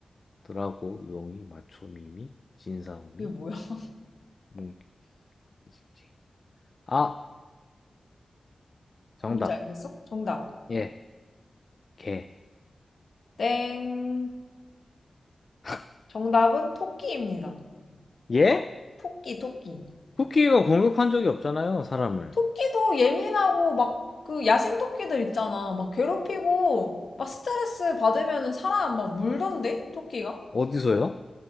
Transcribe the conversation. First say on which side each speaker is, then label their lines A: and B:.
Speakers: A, on the left; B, on the left.
A: 드라고, 용이, 마초미미, 진사오미,
B: 그게 뭐야? <laughs>
A: 뭉키, 징징. 아, 정답.
B: 뭔지 알겠어? 정답.
A: 예, 개.
B: 땡.
A: <laughs>
B: 정답은 토끼입니다.
A: 예?
B: 토끼, 토끼.
A: 쿠키가 공격한 적이 없잖아요, 사람을.
B: 토끼도 예민하고 막 그 야생 토끼들 있잖아. 막 괴롭히고 막 스트레스 받으면 사람 막 물던데? 토끼가?
A: 어디서요?